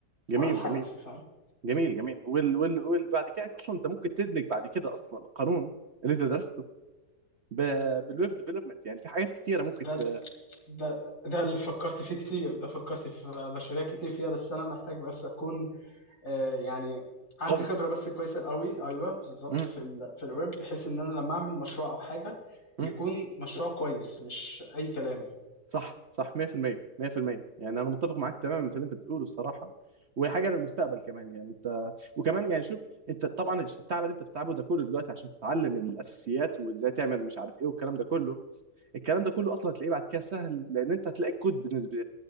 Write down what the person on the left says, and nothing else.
والحق
نفسي فاهم
ده
ده ده اللي فكرت فيه كتير ده فكرت في مشاريع كتير فيها بس انا محتاج بس اكون آه، يعني عندي
خبره بس كويسه قوي ايوه بالظبط
في ال في الويب بحيث ان انا لما اعمل مشروع او حاجه
يكون مشروع كويس مش اي كلام